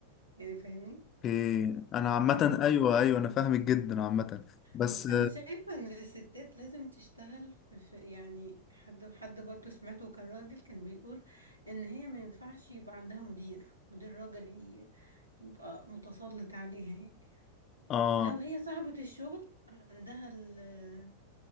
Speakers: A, on the right (about 85°); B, on the left (about 30°).
A: يعني فاهمني
B: إيه، أنا عامة أيوه أيوه أنا فاهمك جدا عامة بس
A: ب- انا شايفة ان الستات لازم تشتغل في في- يعني حد حد برضه سمعته كان راجل كان بيقول ان هي ما ينفعش يبقى عندها مدير مدير راجل ي- يبقى متسلط عليها يعني
B: آه
A: لو هي صاحبة الشغل عندها ال-